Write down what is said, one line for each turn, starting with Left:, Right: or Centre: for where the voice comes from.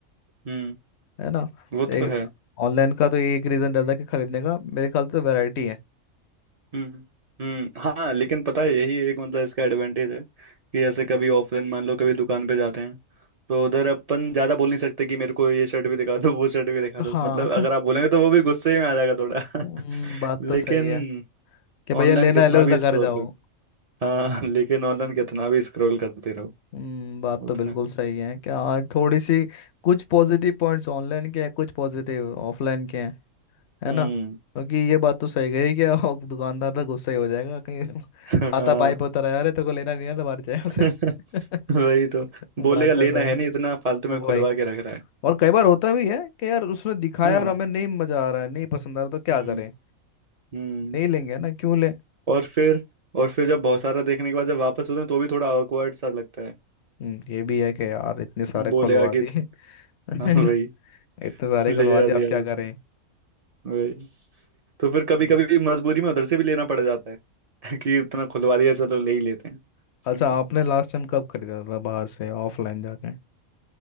Right: हम्म
Left: है ना
Right: वो तो
Left: एक
Right: है
Left: ऑनलाइन का तो ये एक रीजन रहता है कि खरीदने का मेरे ख्याल से तो वैरायटी है
Right: हम्म हम्म हाँ लेकिन पता है यही एक मतलब इसका एडवांटेज है कि जैसे कभी ऑफलाइन मान लो कभी दुकान पे जाते हैं तो उधर अपन ज्यादा बोल नहीं सकते कि मेरे को ये शर्ट भी दिखा दो वो शर्ट भी दिखा
Left: हाँ
Right: दो मतलब अगर
Left: <laughs>
Right: आप बोलेंगे तो वो भी गुस्से में आ जाएगा थोड़ा
Left: हम्म,
Right: <laughs>
Left: बात तो
Right: लेकिन
Left: सही है कि भैया
Right: ऑनलाइन
Left: लेना
Right: कितना
Left: है लो
Right: भी स्क्रॉल
Left: घर जाओ
Right: हाँ <laughs> लेकिन ऑनलाइन
Left: हम्म,
Right: कितना भी स्क्रॉल करते रहो
Left: हम्म बात
Right: वो
Left: तो
Right: तो
Left: बिल्कुल
Right: है
Left: सही है कि हाँ थोड़ी सी कुछ पॉजिटिव पॉइंट्स ऑनलाइन के हैं कुछ पॉजिटिव ऑफलाइन के हैं है
Right: हम्म
Left: ना क्योंकि ये बात तो सही गई कि और दुकानदार तो गुस्सा ही हो जाएगा कहीं <laughs>
Right: हाँ
Left: आता पाइप होता रहा अरे तेरे को लेना नहीं है तो बाहर से यहाँ
Right: <laughs>
Left: से <laughs>
Right: वही तो बोलेगा
Left: बात
Right: लेना
Left: तो सही है
Right: है नहीं इतना फालतू में
Left: ओ भाई
Right: खुलवा के रख रहा है
Left: और कई बार होता भी है कि यार उसने दिखाया
Right: हाँ
Left: और हमें नहीं मजा आ रहा है नहीं पसंद आ रहा तो क्या
Right: हम्म
Left: करें
Right: हम्म
Left: नहीं लेंगे ना क्यों ले
Right: और फिर और फिर जब बहुत सारा देखने के बाद जब वापस होते हैं तो भी थोड़ा awkward सा लगता है
Left: हम्म, ये भी है कि यार इतने सारे खुलवा
Right: बोलेगा कि
Left: दिए
Right: <laughs>
Left: <laughs>
Right: हाँ
Left: है ना
Right: वही
Left: इतने सारे खुलवा
Right: ले जा
Left: दिए अब
Right: दिया
Left: क्या
Right: उसने
Left: करें
Right: वही तो फिर कभी
Left: हम्म।
Right: कभी मजबूरी में उधर से भी लेना पड़ जाता है <laughs> कि इतना खुलवा दिया चलो ले ही लेते हैं
Left: अच्छा आपने लास्ट टाइम कब खरीदा था बाहर से ऑफलाइन जाके